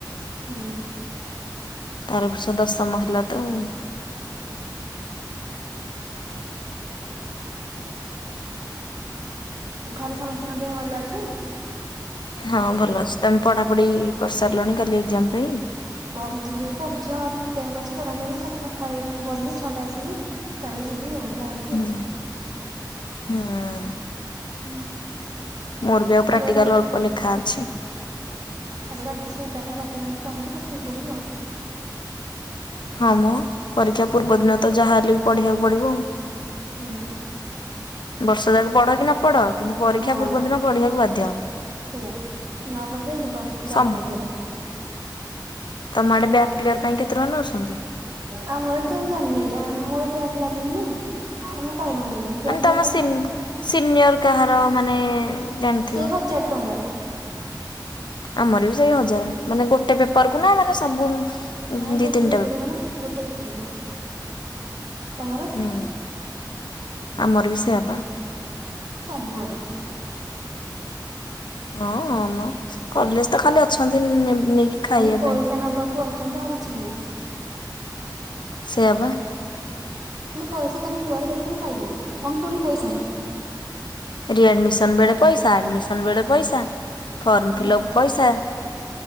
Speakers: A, on the right (about 55°); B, on the left (about 80°).
A: ହଁ।
B: ତାର ଏ ବର୍ଷ ଦଶମ ହେଲା ତ ଆଉ।
A: ଘରେ ସମସ୍ତଙ୍କ ଦେହ ଭଲ ଅଛି?
B: ହଁ ଭଲ ଅଛି ତମେ ପଢାପଢି କରିସାରିଲଣି କାଲି ଏକ୍ଜାମ ପାଇଁ?
A: ପଢ଼ୁଥିଲି ପଢୁଛି ଆଉ ଟିକେ ତକ ଅଛି ପଢା ପଢି କାଲି ସକାଳେ ଉଠିକ ପଢିବି ଛଅଟା ରେ ବସିକି। ତାପରେ ଯିବି ଆଉ ବାହାରିକି।
B: ହଁ ହଁ।
A: <inaudible>
B: ମୋର ବି ଆଉ ପ୍ରାକ୍ଟିକାଲ
A: ଏବେ ରା
B: ଅଳ୍ପ ଲେଖା ଅଛି।
A: ଆଜି ରାତି ସେ ଏଗାରଟା ବାରଟା ଯାଇକି ପଢ଼ିବି ତାପରେ ଶୋଇ ପଡ଼ିବି ଆଉ।
B: ହଁ ମୋ ପରୀକ୍ଷା ପୂର୍ବଦିନ ତ ଯାହାହେଲେ ବି ପଢ଼ିବାକୁ ପଡ଼ିବ।
A: ସେଇଆ
B: ବର୍ଷ ଯାକ ପଢ କି ନ ପଢ କିନ୍ତୁ ପରୀକ୍ଷା
A: ହଁ
B: ପୂର୍ବ ଦିନ ପଢିବାକୁ ବାଧ୍ୟ।
A: ସେଇଆ ନ ପଢିଲେ ଯିବ ବ୍ୟାକ୍
B: ସମ
A: ଲାଗିବ।
B: ତମ ଆଡେ ବ୍ୟାକ୍ କ୍ଲିୟର ପାଇଁ କେତେ ଟଙ୍କା ନେଉଛନ୍ତି?
A: ଆମର କେମତି ଜାଣିନି ଏଇଟା ମୋର ବ୍ୟାକ ଲାଗିନି ନା ତମେ କହିନାହାନ୍ତି ଏ ବର୍ଷ।
B: ମାନେ
A: ବଙ୍କ
B: ତମ
A: ଲାଗିଲ
B: ସିନ୍
A: ଯାହା କରିବ ସେ,
B: ସିନିୟର କାହାର ମାନେ ଜାଣିଥିବ?
A: ସେ ହଜାର ଟଙ୍କା। <inaudible> <unintelligible>
B: ଆମର ବି ସେଇ ହଜାରେ ମାନେ ଗୋଟେ ପେପର କୁ ନା ମାନେ ସବୁ
A: ନାଇଁ
B: ଦି
A: ଗୋଟେ
B: ତିନିଟା
A: ପେପରକୁ ନା ଗୋଟେ ପେପରକୁ। ତମର?
B: ହୁଁ ଆମର ବି ସେଇଏ ପା।
A: ସବୁଆଡ଼େ।
B: ହଁ ହଁ ମ କଲେଜ ତ ଖାଲି ଅଛନ୍ତି ନେମ ନେଇକି ଖାଇବା
A: ଖାଲି ପଇସା
B: ପାଇଁ
A: ନବାକୁ ଅଛନ୍ତି ଆଉ କିଛି ନାହିଁ।
B: ସେଇଆ ପା।
A: ମାନେ ପଇସା ତାଙ୍କୁ କୁଆଡେ ଗଲେ ତାଙ୍କୁ ପାଇବନି ଅଣ୍ଟୁନି ପଇସା
B: ରିଡମିସନ ବେଳେ ପଇସା ଆଡମିସନ ବେଳେ ପଇସା ଫର୍ମ
A: ହୁଁ।
B: ଫିଲଅପ ପଇସା।